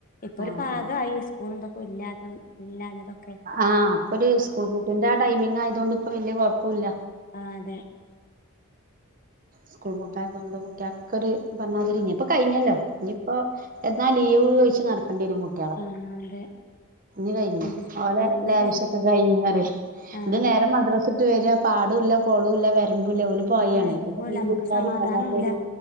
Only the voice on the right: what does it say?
ആഹ്
ആഹ് അപ്പൊ ഒരു സ്കൂൾ പൂട്ടിന്റെ ആ ടൈമിങ് ആയതോണ്ട് ഇപ്പൊ വല്യ കൊഴപ്പോല്ല
സ്കൂൾ പൂട്ടായതുകൊണ്ട് കുട്ട്യാക്കൊരു പറഞ്ഞാതിരി ഇനിപ്പൊ കഴിഞ്ഞല്ലോ ഇനിയിപ്പോ എന്നാ ലീവ് ചോയിച്ച് നടക്കണ്ടി വെരും കുട്ട്
ഇനി കഴിഞ്ഞു
ഓലെ
ലാവിഷൊക്കെ
കഴിഞ്ഞീ പറയാ
ഇനി നേരെ മദ്രസ പിടിച്ച്ട്ട് വെരാ പാടോല്ല കൊളോല്ല വരമ്പുല്ല ഫുള്ള് പൊഴയാണ്
മീൻ
പിടിച്ചാനും
അല്ലാത്തോലും